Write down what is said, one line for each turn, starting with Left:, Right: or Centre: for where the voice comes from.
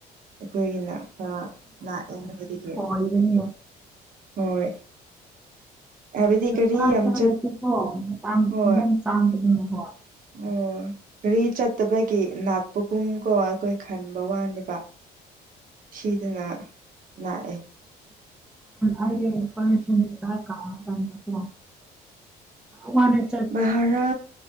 Right: ꯑꯩꯈꯣꯏꯒꯤꯅ ꯈ ꯂꯥꯛꯑꯦ ꯅꯨꯗꯒꯤ
Centre: ꯑꯣꯏꯗꯅꯤ
Right: ꯍꯣꯏ ꯍꯥꯏꯕꯗꯤ ꯒꯥꯔꯤ
Centre: ꯆꯥ
Right: ꯌꯥꯝ
Centre: ꯆꯥꯂꯁꯤ
Right: ꯆꯠ
Centre: ꯍꯣ ꯃꯇꯝ
Right: ꯍꯣꯏ
Centre: ꯌꯥꯝꯦꯝ ꯆꯥꯡꯗꯒꯤꯅꯦ ꯍꯣꯏ
Right: ꯑꯣ ꯒꯥꯔꯤ ꯆꯠꯇꯕꯒꯤ ꯅꯥꯠꯄꯒꯨꯝ ꯀꯣ ꯑꯩꯈꯣꯏ ꯈꯟꯕ ꯋꯥꯅꯦꯕ ꯁꯤꯗꯅ ꯂꯥꯛꯑꯦ
Centre: ꯑꯩꯦ ꯐꯁꯁꯇꯔ ꯀꯥ ꯀꯀ ꯋꯥꯅꯦ
Right: ꯥꯔꯥ